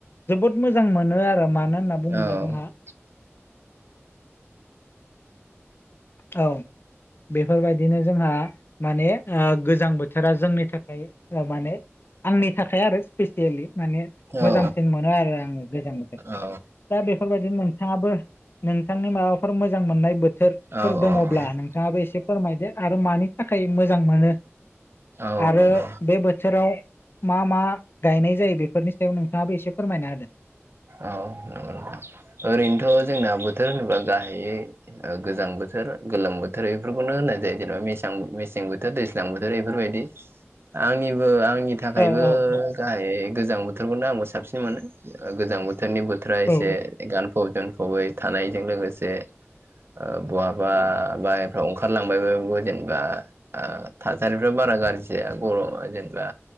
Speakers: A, on the left; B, on the right.
A: जोबोद मोजां मोनो आरो मानो होनना बुङोब्ला
B: औ
A: जोंहा औ बेफोरबायदिनो जोंहा माने ओ गोजां बोथोरा जोंनि थाखाय ओ माने आंनि थाखाय आरो स्पेसियेलि माने मोजांसिन
B: औ
A: मोनो आरो आङो गोजां बोथोरखौ।
B: औ
A: दा बेफोरबायदि नोंथाङाबो नोंथांनि माबाफोर मोजां मोननाय बोथो
B: औ
A: फोर दङब्ला
B: औ
A: नोंथाङाबो एसे फोरमायदो आरो मानि थाखाय मोजां मोनो
B: औ
A: आरो
B: नंगौ
A: बे बोथोराव मा मा गायनाय जायो बेफोरनि सायाव नोंथाङाबो एसे फोरमायना होदों?
B: औ नंगौ नोंथां ओरैनोथ जोंना बोथोर होनोबा गाहायै ओ गोजां बोथोर गोलोम बोथोर बेफोरखौनो होननाय जायो जेनेबा मेसां मेसें बोथोर दै जां बोथोर बेफोरबायदि आंनिबो आंनि नि थाखायबो
A: औ औ
B: जाहाय गोजां बोथोरखौनो आंबो साबसिन मोनो गोजां बोथोरनि बो थोरा एसे
A: औ
B: गानफब जोमफबै थानायजों लोगोसे ओ बहाबा बाहेरफ्राव ओंखारलांबायबो जेनेबा आ थासारिफ्रा बारा गाज्रि जाया गर जेनेबा